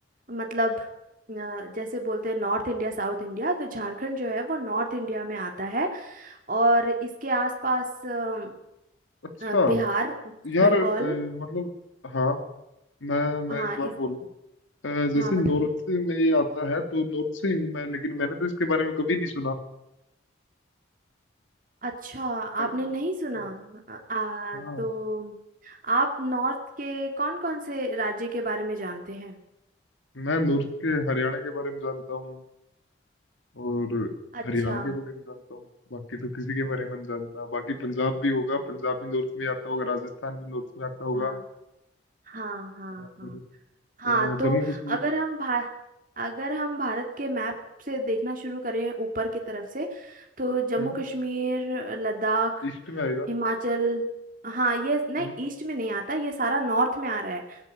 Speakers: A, on the right; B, on the left.
A: मतलब अ, जैसे बोलते हैं नॉर्थ इंडिया साउथ इंडिया तो झारखंड जो है वो नॉर्थ इंडिया में आता है और इसके आसपास अ,
B: अच्छा
A: अ, बिहार वेस्ट
B: यार
A: बंगाल
B: अ, मतलब हाँ मैं मैं
A: हाँ
B: एक बात
A: इस
B: बोलूँ जैसे
A: हाँ बताइए
B: नॉर्थ में ये आता है तो नॉर्थ से ही हूँ मैं लेकिन मैंने तो इसके बारे में कभी नहीं सुना
A: अच्छा
B: अ,
A: आपने नहीं सुना
B: हाँ
A: आ, आ,
B: हाँ।
A: तो आप नॉर्थ के कौन कौन से राज्य के बारे में जानते हैं
B: मैं नॉर्थ के हरियाणा के बारे में जानता हूँ और
A: अच्छा
B: हरियाणा के बारे में जानता हूँ बाकी तो किसी के बारे में नहीं जानता बाकी पंजाब भी होगा पंजाब भी नॉर्थ में आता होगा राजस्थान भी नॉर्थ में आता होगा
A: हाँ हाँ हाँ
B: और
A: हाँ
B: अ,
A: हाँ तो
B: जम्मू कश्मीर
A: अगर हम भा अगर हम भारत के मैप से देखना शुरू करें ऊपर की तरफ से तो जम्मू
B: हम्म
A: कश्मीर लद्दाख
B: ईस्ट में आएगा
A: हिमाचल हाँ ये नहीं
B: हम्म
A: ईस्ट में नहीं आता ये सारा नॉर्थ में आ रहा है